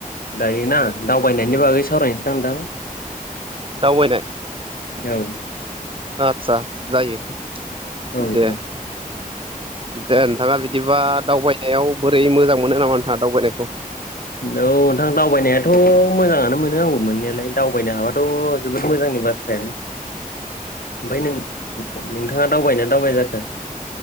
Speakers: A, on the left; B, on the right.
A: दायोना दावबायनायनि बागै सावरायनोसै दां नोंथां
B: दावबायनाय
A: औ
B: आदसा जायो
A: औ
B: दे
A: औ
B: दे नोंथाङा बिदिबा दावबाय एव बोरै मोजां मोनो नामा नोंथाङा दावबायनायखौ
A: औ नोंथां दावबायनायाथ' मोजाङानो मोनो आंबो मोननायालाय दावबायनो हाबाथ' जोबोद मोजांनि बाथ्रायानो ओमफ्राय नों नोंथाङा दावबायना दावबाय जाखो